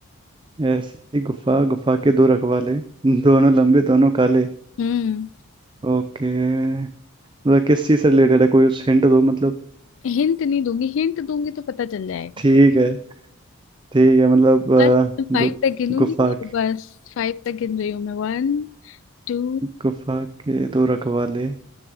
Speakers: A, on the right; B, on the left.
A: ऐसी गुफा गुफा के दो रखवाले दोनों लंबे दोनों काले
B: हम्म
A: ओके मतलब किस चीज से रिलेटेड है कोई हिंट दो मतलब
B: हिंट नहीं दूंगी हिंट दूंगी तो पता चल जाएगा
A: ठीक है ठीक है मतलब अ,
B: बस फाइव
A: दो
B: तक गिनूंगी
A: गुफा
B: और
A: के-
B: बस फाइव तक गिन रही हूँ मैं One Two
A: गुफा के दो रखवाले